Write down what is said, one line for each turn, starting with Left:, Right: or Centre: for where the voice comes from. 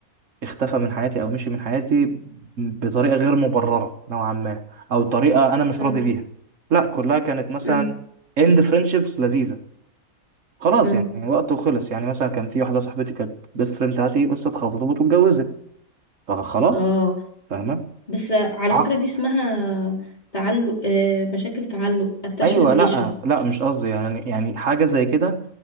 Right: اختفى من حياتي او مشي من حياتي بطريقه غير مبرره نوعا ما او طريقه انا مش
Left: مم.
Right: راضي بيها لا كلها كانت مثلا
Left: مم.
Right: اند فريندشيبس لذيذه خلاص
Left: مم.
Right: يعني وقت وخلص يعني مثلا كان في واحده صاحبتي كانت بيست فريند بتاعتي بس اتخطبت واتجوزت فخلاص
Left: اه
Right: فاهمه
Left: بس على
Right: عق
Left: فكرة دي اسمها تعلق آه، مشاكل تعلق attachment
Right: ايوه لا
Left: issues
Right: لا مش قصدي يعني يعني حاجه زي كده